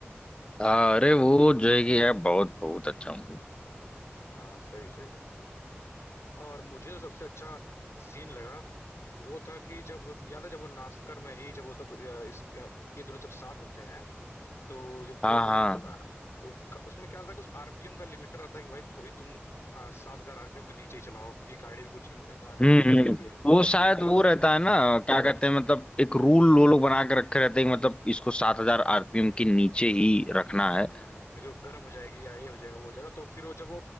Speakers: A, on the left; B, on the left.
A: अरे वो जो है कि यार बहुत बहुत अच्छा मूवी
B: हाँ सही सही और मुझे जो सबसे अच्छा सीन लगा वो था कि जब याद है जब वो नास्कर में ही जब वो सब अ, इस अ, ये दोनों जब साथ होते हैं तो जब
A: हाँ
B: वो एकदम
A: हाँ
B: अ, तो क- उसमें क्या रहता है कुछ आरपीएम का लिमिटर रहता है कि भाई कभी तुम सात हजार आरपीएम के नीचे ही चलाओ क्योंकि गाड़ी में कुछ इन, इन, अ, दिक्कत
A: हम्म
B: आ
A: हम्म।
B: सकती है
A: वो शायद
B: फिर
A: वो रहता है ना क्या कहते हैं मतलब एक रूल वो लोग बना के रखे रहते हैं कि मतलब इसको सात हजार आरपीएम के नीचे ही रखना है
B: हम्म नहीं तो गर्म हो जाएगी या ये हो जाएगा वो हो जाएगा तो फिर वो जब वो